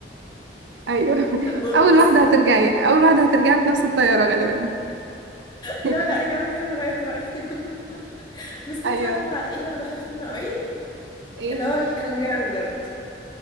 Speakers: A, on the right; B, on the left.
A: ايوه
B: <laughs>
A: اول
B: بس
A: واحدة هترجعي اول واحدة هترجعي في نفس الطيارة غالبا
B: لا
A: <laughs>
B: لا رجعوني هنا انا غيرت رأيي <laughs> بس انت
A: ايوه
B: عارفة ايه اللي انا بخاف منه قوي؟
A: ايه
B: اللي هو الكنجارو دوت